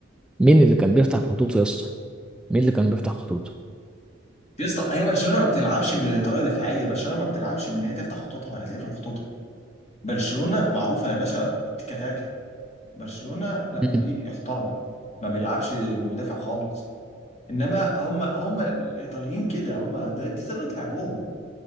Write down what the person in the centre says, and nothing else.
مين اللي كان بيفتح خطوط يا اسطى مين اللي كان بيفتح خطوط
امم